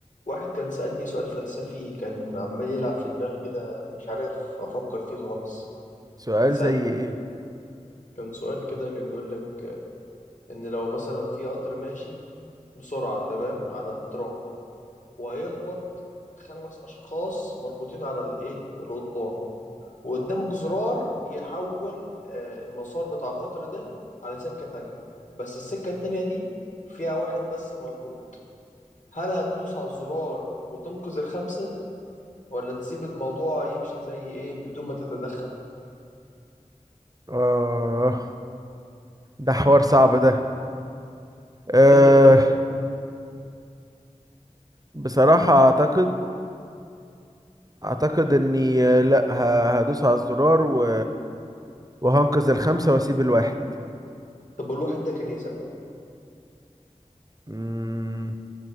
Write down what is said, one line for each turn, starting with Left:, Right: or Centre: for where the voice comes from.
Left: واحد كان سألني سؤال فلسفي كان عمال يلعب في دماغي كده مش عارف أفكر فيه خالص
Right: سؤال
Left: ساعدني
Right: زي ايه
Left: كان سؤال كده كان بيقول لك إن لو مثلا في قطر ماشي بسرعة تمام على الترام وهيخبط خمس أشخاص مربوطين على الإيه القضبان وقدامك زرار يحول آه، المسار بتاع القطر ده على سكة تانية بس السكة التانية دي فيها واحد بس مربوط هل هتدوس على الزرار وتنقذ الخمسة ولا تسيب الموضوع يمشي زي ايه بدون ما تتدخل
Right: آه ده حوار صعب ده آه
Left: انت من...
Right: بصراحة اعتقد اعتقد اني آه، لا ه- هدوس على الزرار و... وهنقذ الخمسة واسيب الواحد
Left: طب الواحد ده كان ايه ذنبه
Right: مم،